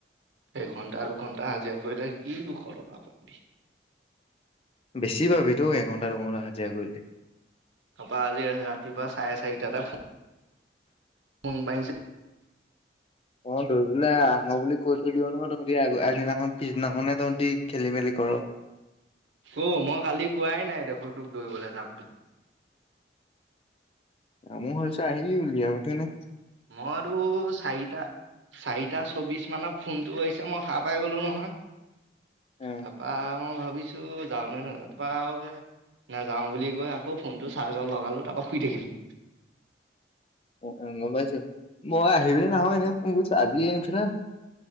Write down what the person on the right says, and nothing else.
এঘন্টা দুঘণ্টা হাজিৰা কৰিলে কি দুশ টকা পাবি?
তাপা আজি ৰাতিপুৱা চাৰে চাৰিটাতে ফু ফোন মাৰিছে
ক', মই কালি কোৱাই নাই দেখোন তোক দৌৰিবলৈ যাম বুলি!
মোৰ উঠো চাৰিটা। চাৰিটা চৌবিছ মানত ফোনটো আহিছে, মই সাৰ পাই গলোঁ নহয়!
তাৰপা মই ভাবিছোঁ যাওঁ নে নাযাওঁ, তাৰপা আৰু যে নাযাওঁ বুলি কৈ আকৌ ফোনটো চাৰ্জত লগালোঁ, তাৰপা শুই থাকিলোঁ।